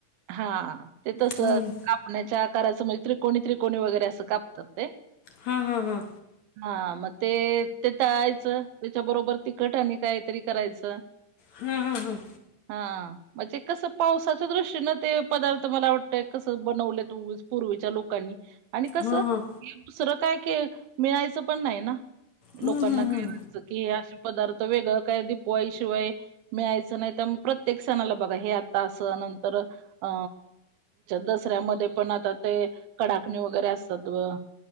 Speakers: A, on the right; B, on the left.
A: हा ते तसं
B: हं,
A: कापण्याच्या आकाराचं म्हणजे त्रिकोणी त्रिकोणी वगैरे असं कापतात ते.
B: हा हा हा.
A: हा मग ते ते तळायचं. त्याच्याबरोबर तिखट आणि काहीतरी करायचं.
B: हा हा हा.
A: हा. म्हणजे कसं पावसाच्या दृष्टीनं ते पदार्थ मला वाटतंय कसं बनवले <unintelligible> पूर्वीच्या लोकांनी आणि कसं
B: हां हां
A: हे दुसरं काय? के मिळायचं पण नाही ना लोकांना
B: हं, हं, हं.
A: काय वाटत कि हे असं. पदार्थ वेगळ काय? दिपवाळी शिवाय मिळायचं नाही तर म प्रत्येक सणाला बघा हे आता असं नंतर अ दसऱ्यामध्ये पण आता ते कडाकणी वगैरे असतात. व-